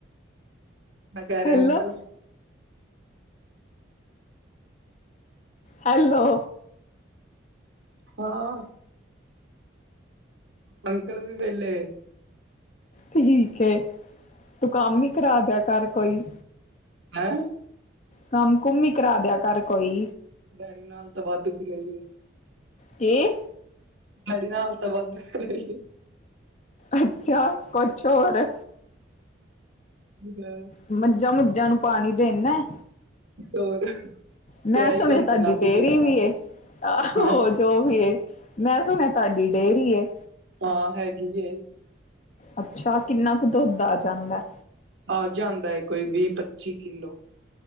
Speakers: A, on the right; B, on the left.
A: ਨਾੈਂ ਕ
B: ਹੈਲੋ
A: ਰ ਅੰਕਲ
B: ਹੈਲੋ।
A: ਹਾਂ। ਅੰਕਲ, ਵੀ ਵੇਲੇ।
B: ਠੀਕ ਏ। ਤੂੰ ਕੰਮ ਹੀ, ਕਰਾ ਦਿਆ ਕਰ ਕੋਈ।
A: ਹੈਂ।
B: ਕੰਮ- ਕੁਮ ਹੀ, ਕਰਾ ਦਿਆ ਕਰ ਰ ਕੋਈ।
A: ਡੈਡੀ ਨਾਲ, ਤਾਂ ਵੱਧੁਕ ਰਹੀ ਹੈ।
B: ਕੀ ਐ।
A: ਸਾਡੀੇ ਨਾਲ, ਤਾਂ ਵਾਧੂ ਕਰਹੀ।
B: ਅੱਛਾ। ਕੁਛ ਹੋਰ?
A: ਹ। <unintelligible>
B: ਮੱਝਾਂ- ਮੁੱਝਾਂ ਨੂੰ, ਪਾਣੀ ਦੇਂਦਾ?
A: ਹੋਰ
B: ਮੈਂ
A: ਤੇ ਇਹੀ
B: ਸੁਣਿਆ,
A: ਹੁੰਦਾ
B: ਤੁਹਾਡੀ
A: ਨਾ
B: ਡੇਰੀ
A: ਫਿਰ ਦੀਦੀ ਨੂੰ।
B: ਵੀ ਆ। ਆਹੋ।
A: ਹੈਂ
B: ਜੋ ਵੀ ਏ। ਮੈਂ ਸੁਣਿਆ ਤੁਹਾਡੀ ਡੇਅਰੀ ਏ।
A: ਹਾਂ, ਹੈਗੀ ਹੈ।
B: ਅੱਛਾ। ਕਿੰਨਾ ਕੁ ਦੁੱਧ ਆ ਜਾਂਦਾ।
A: ਆ ਜਾਂਦਾ ਹੈ, ਕੋਈ ਵੀਹ, ਪੱਚੀ ਕਿੱਲੋ।